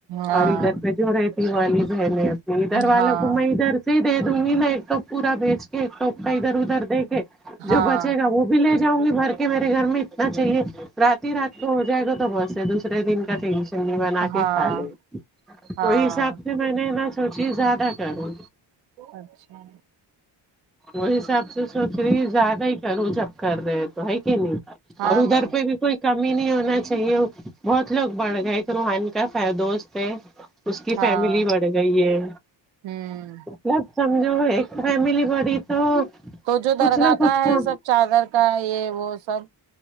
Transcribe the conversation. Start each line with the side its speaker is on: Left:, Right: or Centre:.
Right: ہاں
Centre: اور ادھر پے جو رہتی وہ والی بہن ہے ادھر والوں
Right: ہاں
Centre: کو میں ادھر سے ہی دے دوں گی میں ایک ٹوپ پورا بیچ کے سب کا ادھر ادھر دیکے
Right: ہاں
Centre: جو بچے گا وہ بھی لے جاؤں گی بھر کے میرے گھر میں اتنا چاہیے رات ہی رات کو ہو جائے گا تو بس ہے دوسرے دن کا ٹینشن بنا کے
Right: ہاں
Centre: کھا لے
Right: ہاں
Centre: وہی حساب سے میں نے نہ سوچی زیادہ کروں
Right: اچھا
Centre: وہ حساب سے سوچ رہی زیادہ ہی کروں جب کر رہےہیں تو ہے کہ نہیں
Right: ہاں
Centre: اور ادھر
Right: نا
Centre: پہ بھی کوئی کمی نہیں ہونا چاہیے بہت لوگ بڑھ گئے کر روحان کا دوست ہے اس کی
Right: ہاں
Centre: فیملی بڑھ گئی ہے
Right: ہوں
Centre: مت سمجھو ایک فیملی بڑھی تو
Right: تو جو
Centre: کچھ
Right: درگاہ
Centre: نہ کچھ
Right: کا
Centre: تو
Right: ہے سب چادر کا ہے یہ وہ سب